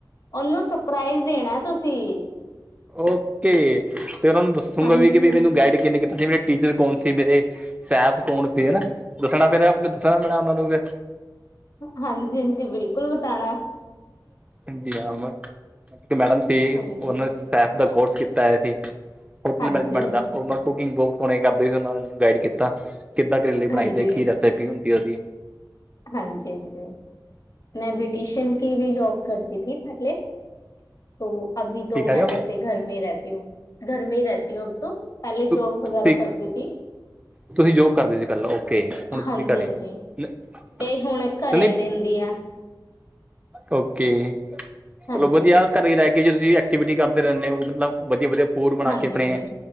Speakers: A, on the left (about 55°); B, on the right (about 20°).
A: ਓਨੂੰ ਸਰਪ੍ਰਾਈਜ਼ ਦੇਣਾ ਤੁਸੀ।
B: ਓਕੇ, ਫੇਰ ਓਨੂੰ ਦੱਸੂਗਾ
A: ਹਾਂਜੀ
B: ਵੀ ਕਿ ਵੀ ਮੈਨੂੰ ਗਾਈਡ ਕਿੰਨੇ ਕੀਤਾ ਸੀ, ਮੇ ਟੀਚਰ ਕੌਣ ਸੀ ਮੇਰੇ, ਸੈਫ ਕੌਣ ਸੀ ਹਨਾ, ਦੱਸਣਾ ਫੇਰ ਦੱਸਣਾ ਪੈਣਾ ਓਨਾਂ ਨੂੰ ਫੇਰ।
A: ਹਾਂਜੀ-ਹਾਂਜੀ, ਬਿਲਕੁਲ ਬਤਾਨਾ।
B: <unintelligible> ਏਕ ਮੈਡਮ ਸੀ
A: ਹਾਂਜੀ
B: ਓਨਾਂ ਸੈਫ ਦਾ ਕੋਰਸ ਕੀਤਾ ਹੋਇਆ ਸੀ, ਹੋਟਲ
A: ਹਾਂਜੀ
B: ਮੈਨੇਜਮੈਂਟ ਦਾ ਓ ਕੁਕਿੰਗ ਬੋਤ ਸੋਣੀ ਕਰਦੇ ਸੀ, ਓਨਾ ਗਾਈਡ ਕੀਤਾ ਕਿੱਦਾਂ ਕਰੇਲੇ
A: ਹਾਂਜੀ
B: ਬਣਾਈ ਦੇ, ਕੀ ਰੈਸਪੀ ਹੁੰਦੀ ਓਦੀ।
A: ਹਾਂਜੀ-ਹਾਂਜੀ, ਮੈਂ ਬਿਟੀਸ਼ਨ ਕੀ ਵੀ ਜੋਬ ਕਰਤੀ ਥੀ ਪੈਹਲੇ। ਤੋ ਅਭੀ ਤੋਂ
B: ਕੀ ਕਹਿ
A: ਮੈਂ
B: ਰਹੇ ਹੋ
A: ਜੈਸੇ ਘਰ ਮੇ ਰੈਹਤੀ ਹੁੰ, ਘਰ ਮੇ ਹੀ ਰੈਹਤੀ ਹੂ ਅਬ ਤੋਂ। ਪੈਲੇ
B: ਤੁ
A: ਜੋਬ ਵਗੈਰਾ
B: ਤੁਸੀਂ
A: ਕਰਤੀ ਥੀ,
B: ਤੁਸੀਂ ਜੋਬ ਕਰਦੇ ਸੀ ਪਹਿਲਾਂ ਓਕੇ ਹੁਣ ਤੁਸੀਂ
A: ਹਾਂਜੀ-ਹਾਂਜੀ।
B: <inaudible>
A: ਏ ਹੁਣ ਘਰੇ
B: ਨਹੀਂ
A: ਰੈਂਦੀ ਆ।
B: ਓਕੇ
A: ਹਾਂਜੀ।
B: ਚਲੋ ਵਧੀਆ, ਘਰੇ ਰੈ ਕੇ ਜੇ ਤੁਸੀ ਐਕਟੀਵਿਟੀ ਕਰਦੇ ਰੈਨੇ ਓ, ਮਤਲਬ ਵਧੀਆ-ਵਧੀਆ ਫੂਡ ਬਣਾ
A: ਹਾਂਜੀ-ਹਾਂਜੀ,
B: ਕੇ ਆਪਣੇ
A: ਹਾਂਜੀ।